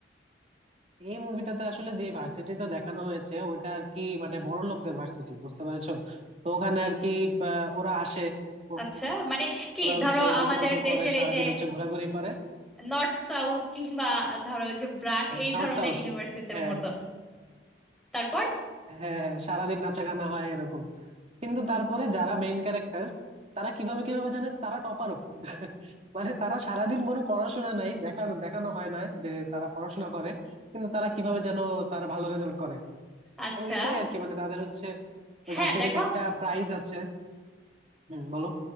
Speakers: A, on the right (about 35°); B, in the centre.
A: এই মুভিটাতে আসলে যে ভার্সিটিতে দেখানো হয়েছে ওইটা আর কি মানে বড় লোকদের ভার্সিটি বুঝতে পেরেছো তো ওখানে আর কি আহ, ওরা আসে ও-
B: আচ্ছা মানে কি
A: ওরা হচ্ছে
B: ধরো
A: গল্প
B: আমাদের
A: টল্প
B: দেশের
A: করে সারাদিন
B: এই যে
A: হচ্ছে ঘোরাঘুরি করে
B: নর্থ সাউথ কিংবা ধরো যে ব্রাক এই
A: নর্থ
B: ধরনের
A: সাউথ
B: ইউনিভার্সিটির
A: হ্যাঁ
B: মতো তারপর
A: হ্যাঁ হ্যাঁ হ্যাঁ, সারাদিন নাচা গানা হয় এরকম কিন্তু তারপরে যারা মেইন ক্যারেক্টার তারা কিভাবে কিভাবে জানে তারা টপারও <laughs> মানে তারা সারাদিন কোনো পড়াশোনা নাই দেখা দেখানো হয় না যে তারা পড়াশোনা করে কিন্তু তারা কিভাবে যেন তারা ভালো রেজাল্ট করে
B: আচ্ছা
A: এবং এটাই আর কি মানে তাদের হচ্ছে ওই
B: হ্যাঁ
A: ভার্সিটিতে
B: দেখো
A: একটা প্রাইজ আছে হুম বলো